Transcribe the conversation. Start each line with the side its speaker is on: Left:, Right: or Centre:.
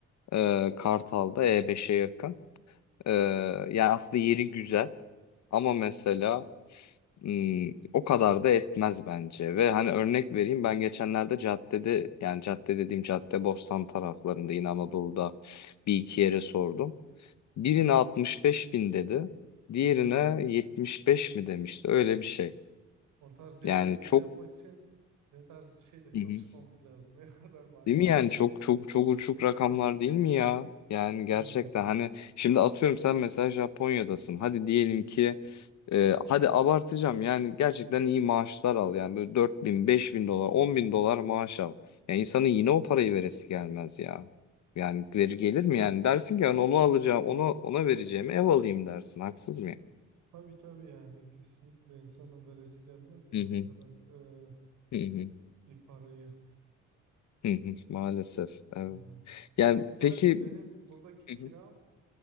Left: E, Kartal'da E5'e yakın. Ee, yani aslında yeri güzel ama mesela hmm, o kadar da etmez bence. Ve hani örnek vereyim ben geçenlerde caddede yani cadde dediğim cadde Bostan taraflarında yine Anadolu'da bir iki yere sordum. Birine 65 bin dedi. Diğerine 75 mi demişti öyle
Right: Oh.
Left: bir şey.
Right: O tarz yerleri
Left: Yani
Right: şey
Left: çok
Right: yapmak için ne tarz bir şeyde çalışmamız
Left: Hı hı.
Right: lazım. <laughs> Ne kadar maaş
Left: Değil mi
Right: alabilmek
Left: yani çok
Right: için.
Left: çok çok uçuk
Right: <laughs>
Left: rakamlar değil mi ya? Yani gerçekten
Right: Ha,
Left: hani şimdi atıyorum sen mesela Japonya'dasın. Hadi diyelim ki e, hadi abartacağım yani gerçekten iyi maaşlar al yani böyle 4 bin, 5 bin dolar, 10 bin dolar maaş al. Yani insanın yine o parayı veresi gelmez ya. Yani geri gelir mi yani? Dersin ki yani onu alacağım, onu ona vereceğimi ev alayım dersin. Haksız mıyım?
Right: tabii tabii yani kesinlikle insanın veresi gelmez yani
Left: Hı hı,
Right: o kadar e,
Left: hı hı,
Right: bir parayı.
Left: hı hı. Maalesef evet.
Right: Ha.
Left: Yani
Right: Ya misal
Left: peki
Right: benim buradaki
Left: Hı
Right: kiram
Left: hı,